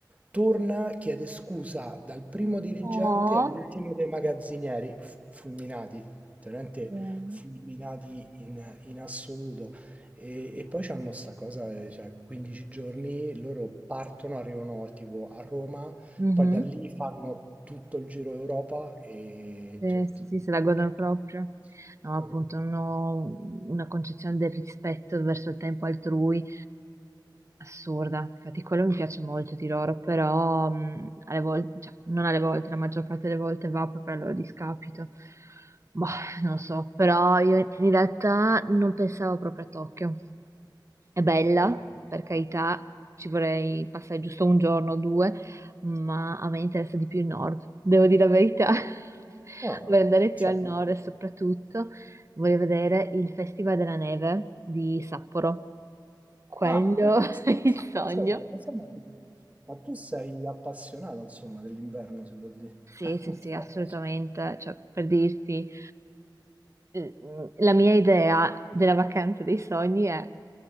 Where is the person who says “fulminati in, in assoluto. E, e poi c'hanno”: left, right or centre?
Right